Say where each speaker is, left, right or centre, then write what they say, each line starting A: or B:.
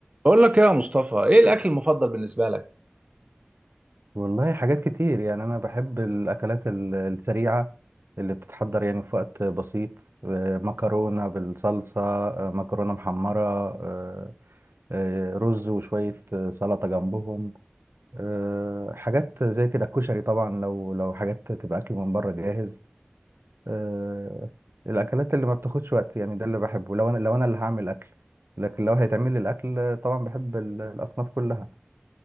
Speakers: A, on the right; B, on the right.
A: بقول لك ايه يا مصطفى ايه الاكل المفضل بالنسبه لك
B: والله حاجات كتير يعني أنا بحب الأكلات ال- السريعة اللي بتتحضر يعني في وقت بسيط آه، مكرونة بالصلصة آه، مكرونة محمرة آه، آه، رز وشوية آه، سلطة جنبهم آه، حاجات زي كده الكشري طبعا لو لو حاجات تبقى أكل من بره جاهز آه، الأكلات اللي ما بتاخدش وقت يعني ده اللي بحبه لو أنا لو أنا اللي هعمل أكل لكن لو هيتعمل لي الأكل آه، طبعا بحب ال- الأصناف كلها